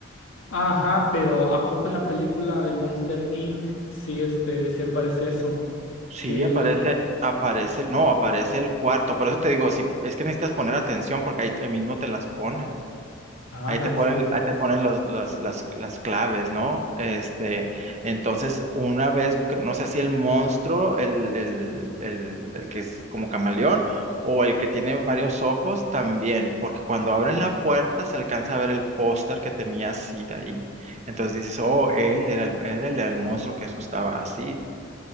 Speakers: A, on the left; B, on the right.
A: Ajá, pero ¿a poco en la película de Monster Inc. sí este, sí aparece eso?
B: Sí,
A: Que
B: aparece,
A: él.
B: aparece, el- no, aparece el cuarto. Por eso te digo, si es que necesitas poner atención porque ahí te- mismo te las ponen.
A: Ah,
B: Ahí
A: la
B: te
A: eso.
B: ponen, ahí te ponen los- las, las, las claves, ¿no? Este, entonces, una vez, cr- no sé si el monstruo, el, el, el, el que es como camaleón, o el que tiene varios ojos también, porque cuando abren la puerta se alcanza a ver el póster que tenía Sid ahí. Entonces dices, oh, él era el, él era el monstruo que asustaba así